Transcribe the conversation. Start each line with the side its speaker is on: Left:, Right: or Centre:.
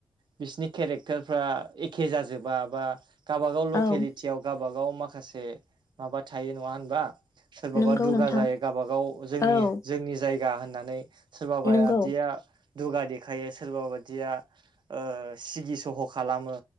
Right: बिसिनि केरेक्टारफ्रा एखे जाजोबा बा गाबागाव लकेलिटियाव
Left: औ
Right: गाबागाव माखासे माबा थायो नङा होनबा सोरबाबा
Left: नंगौ
Right: दुगा
Left: नोंथां
Right: जायो गाबागाव जोंनि-जोंनि
Left: औ
Right: जायगा होननानै। सोरबाबाया
Left: नंगौ
Right: दिया दुगा देखायो सोरबा बादिया ओ सिगि सह' खालामो।